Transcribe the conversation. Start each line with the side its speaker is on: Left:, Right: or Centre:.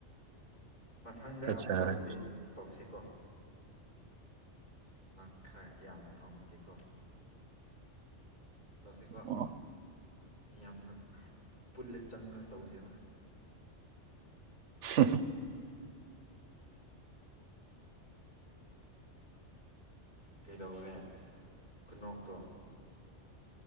Left: ꯃꯊꯪꯗ
Right: ꯐꯖꯔꯦ
Left: ꯑꯃꯨꯛ ꯇꯧꯔꯗꯤ ꯇꯧꯁꯤꯀꯣ ꯃꯍꯥꯛ ꯈꯔ ꯌꯥꯝꯅ ꯐꯪꯕꯒꯦꯀꯣ ꯇꯧꯁꯤꯀꯣ
Right: ꯑꯣ
Left: ꯃꯤꯌꯥꯝꯅ ꯄꯨꯜꯂ ꯆꯪꯉ ꯇꯧꯁꯦꯕ
Right: ꯍ
Left: ꯀꯩꯗꯧꯔꯦ ꯈꯨꯟꯅꯣꯛꯇꯣ